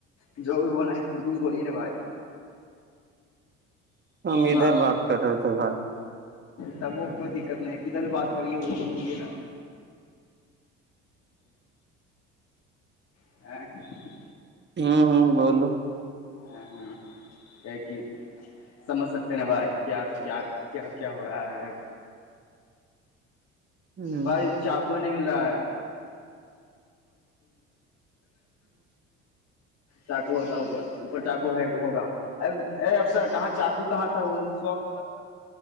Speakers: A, on the left; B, on the right.
A: جو بھی بولنا ہے اردو میں بولیے نا بھائی
B: ہم
A: تھوڑا
B: ادھر بات کر رہے تھے بھائی
A: تب وہ کوئی دقت نہیں کدھر بھی بات کری ہے وہ تو ہم بولیے نا <unintelligible>
B: ہمم ہمم بولو
A: ہمم ہمم کی سمجھ سکتے ہیں نا بھائی کیا کیا کیا کیا ہو رہا ہے
B: ہ
A: بائی چقو نہیں مل رہا ہے چاقو ہوتا اوپر اوپر چاقو ہوگا اے افسر کہاں چاقو کہاں تھا وقت